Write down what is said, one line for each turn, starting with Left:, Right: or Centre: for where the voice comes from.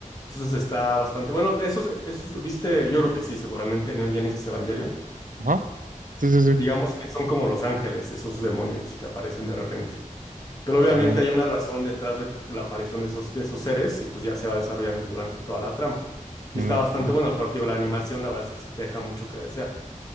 Left: Entonces está bastante bueno. Esos, esos, viste, yo creo que sí, seguramente Neon Genesis Evangelion.
Right: Ajá. Sí, sí, sí.
Left: Digamos que son como los ángeles, esos demonios que aparecen de repente. Pero obviamente
Right: Ah,
Left: hay una razón detrás de la aparición de esos, de esos seres y pues ya se va desarrollando durante toda la trama. Y
Right: mm,
Left: está bastante
Right: ok.
Left: bueno, pero te digo, la animación la verdad es que deja mucho que desear.